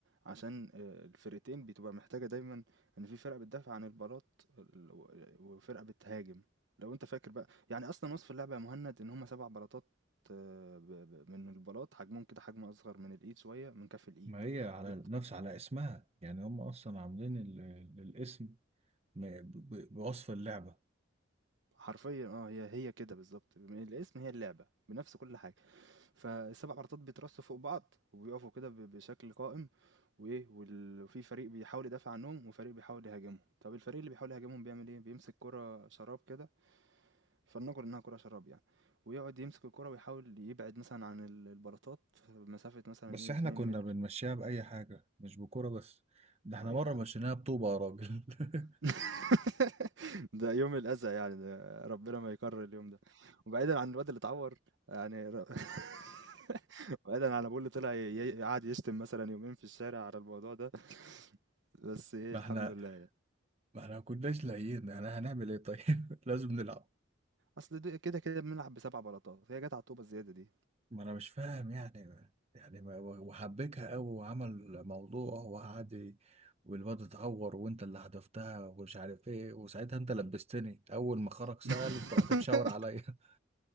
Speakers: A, on the right (about 70°); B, on the right (about 35°).
A: عشان آه، الفرقتين بتبقى محتاجه دايما ان في فرقه بتدافع عن البلاط ال- و- وفرقه بتهاجم لو انت فاكر بقى يعني اصلا وصف اللعبه يا مهند ان هما سبع بلاطات آه، ب- ب- من البلاط حجمهم كده حجم اصغر من الايد شويه من كف الايد
B: ما هي على
A: وبت-
B: نفس على اسمها يعني هم اصلا عاملين ال- ال- الاسم م- ب- ب- بوصف اللعبة
A: حرفيا اه هي هي كده بالظبط من الاسم هي اللعبه بنفس كل حاجه فالسبع عرضات بيترصوا فوق بعض وبيقفوا كده ب- بشكل قائم وايه وال- وفي فريق بيحاول يدافع عنهم وفريق بيحاول يهاجمهم طب الفريق اللي بيحاول يهاجمهم بيعمل ايه بيمسك كرة شراب كده فلنقل انها كرة شراب يعني ويقعد يمسك الكرة ويحاول يبعد مثلا عن ال- البلاطات مسافة مثلا
B: بس
A: ايه
B: احنا
A: 2
B: كنا
A: متر
B: بنمشيها بأي حاجة مش بكورة بس ده احنا
A: اه يعني
B: مرة مشيناها بطوبة يا راجل <laughs>
A: <laughs> ده يوم الأذى يعني، ده ربنا ما يكرر اليوم ده. وبعيدًا عن الواد اللي اتعور، يعني ر <laughs> بعيدًا عن ابوه اللي طلع ي ي- قعد يشتم مثلًا يومين في الشارع على الموضوع ده، <laughs> بس إيه
B: ما
A: الحمد
B: احنا
A: لله يعني.
B: ما احنا ما كناش لاقيين احنا هنعمل ايه طيب <laughs> لازم نلعب
A: أصل د كده، كده بنلعب ب7 بلاطات، هي جات على الطوبة الزيادة دي.
B: ما انا مش فاهم يعني يعني ما وحبكها قوي وعمل موضوع وقعد ي- والواد اتعور وانت اللي حدفتها ومش عارف ايه وساعتها انت لبستني اول ما خرج سأل
A: <laughs>
B: قمت رحت مشاور عليا <laughs>